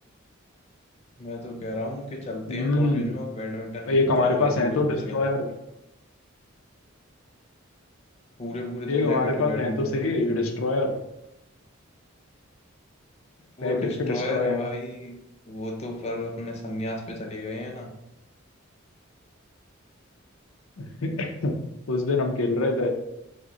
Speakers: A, on the left; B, on the left.
A: मैं तो कह रहा हूँ कि चलते
B: हम्म
A: हैं कॉलेज में और बैडमिंटन खेलते
B: एक हमारे
A: हैं भाई
B: पास
A: पूरे
B: है तो
A: पूरे
B: डिस्ट्रॉयर
A: दिन पूरे पूरे
B: एक
A: दिन रैकेट
B: हमारे पास
A: की बैडमिंटन
B: है तो सही
A: खेलते हैं भाई
B: डिस्ट्रॉयर
A: वो
B: रैकेट
A: डिस्ट्रॉयर
B: के डिस्ट्रॉयर
A: है भाई वो तो पर अपने संन्यास पे चले गए हैं ना
B: <laughs> उस दिन हम खेल रहे थे